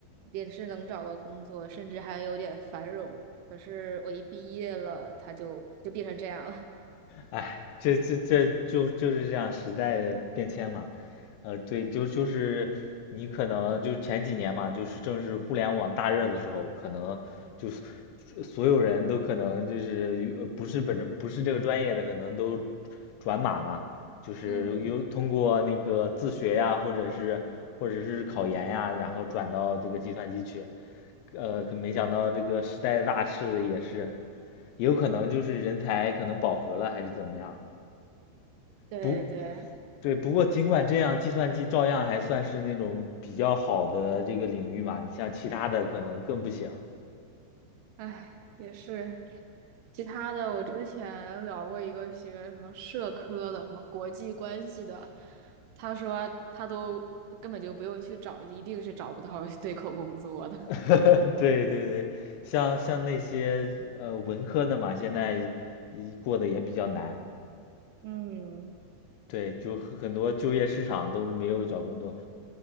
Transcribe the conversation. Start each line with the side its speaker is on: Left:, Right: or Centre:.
Right: 也是能找到工作，甚至还有点繁荣。可是我一毕业了，它就就变成这样了。
Left: 哎，这这这就就是这样时代的变迁嘛，呃，对，就就是你可能就前几年嘛，就是正是互联网大热的时候，可能就是所有人都可能就是呃不是本着不是这个专业的，可能都转码嘛，就是有通过那个自学呀，
Right: 嗯，
Left: 或者是或者是考研呀，然后转到这个计算机去，呃，可没想到这个时代的大势也是，也有可能就是人才可能饱和了，还是怎么样。
Right: <laughs> 对对，
Left: 不，对，不过尽管这样，计算机照样还算是那种比较好的这个领域嘛。你像其他的可能更不行。
Right: 唉，也是。其他的，我之前聊过一个学什么社科的，什么国际关系的，他说他都根本就不用去找，一定是找不到对口工作的。
Left: <laughs> 对对对，像像那些呃文科的嘛，现在一过得也比较难。
Right: 嗯，
Left: 对，就很很多就业市场都没有找工作。